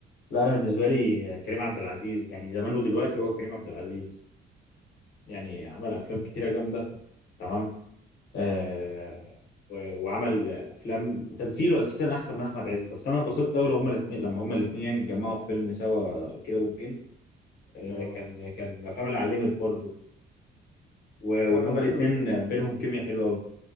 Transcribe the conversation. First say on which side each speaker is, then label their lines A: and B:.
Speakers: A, on the left; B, on the left.
A: لا انا بالنسبه لي كريم عبد العزيز يعني زمان ودلوقتي هو كريم عبد العزيز يعني عمل افلام كتيره جامده تمام آه و- وعمل افلام وتمثيله اساسا احسن من احمد عز بس انا اتبسطت قوي لو هما الاثنين لما هما الاثنين يعني اتجمعوا في فيلم سوا كده والجن آه
B: اه
A: كان كان من الافلام اللي علمت برضه و-
B: وانا
A: وان هما
B: برضو
A: الاثنين بينهم كيمياء حلوه قوي